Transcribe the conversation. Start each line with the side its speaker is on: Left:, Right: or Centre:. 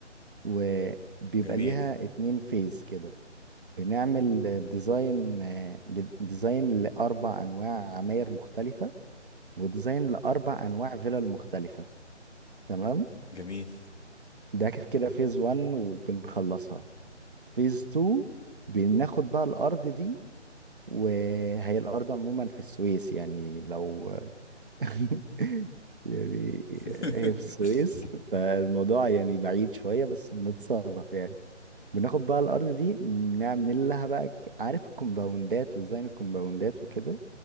Right: وبيبقى
Left: جميل
Right: ليها اتنين فيز كده بنعمل ديزاين ديزاين لأربع أنواع عماير مختلفة وديزاين لأربع أنواع فيلل مختلفة تمام
Left: جميل
Right: ده كده فيز 1 وبنخلصها فيز 2 بناخد بقى الارض دي وهي الارض عموما في السويس يعني لو <laughs> يعني
Left: <laughs>
Right: هي في السويس فالموضوع يعني بعيد شوية بس بنتصرف يعني بناخد بقى الأرض دي نعمل لها بقى ك- عارف الكومباوندات وديزاين الكومباوندات وكده